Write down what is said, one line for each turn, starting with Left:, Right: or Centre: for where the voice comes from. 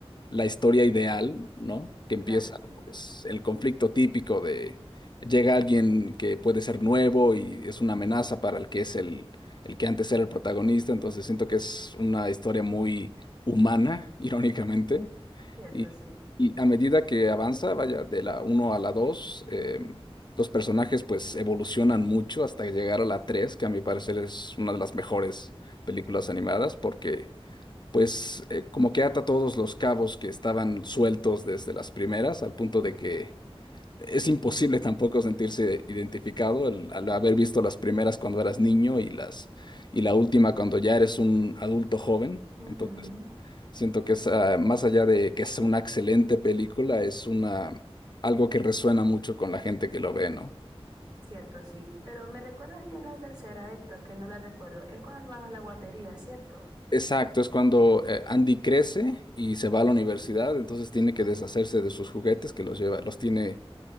Left: la historia ideal, ¿no? Que empieza,
Right: Claro, sí.
Left: pues, el conflicto típico de llega alguien que puede ser nuevo y es una amenaza para el que es el, el que antes era el protagonista, entonces siento que es una historia muy humana, <laughs> irónicamente,
Right: Cierto,
Left: y,
Right: sí.
Left: y a medida que avanza, vaya, de la uno a la 2, los personajes pues evolucionan mucho hasta llegar a la 3, que a mi parecer es una de las mejores películas animadas porque pues eh, como que ata todos los cabos que estaban sueltos desde las primeras, al punto de que es imposible tampoco sentirse identificado el- al haber visto las primeras cuando eras niño y las y la última cuando ya eres un adulto joven.
Right: Ujú,
Left: Entonces, siento que es ah, más allá de que es una excelente película, es una algo que resuena mucho con la gente que lo ve, ¿no?
Right: Cierto, sí. Pero me recuerdas bien la tercera, Héctor, que no la recuerdo. Es cuando van a la guardería, ¿cierto?
Left: Exacto, es cuando eh, Andy crece y se va a la universidad, entonces tiene que deshacerse de sus juguetes que los lleva, los tiene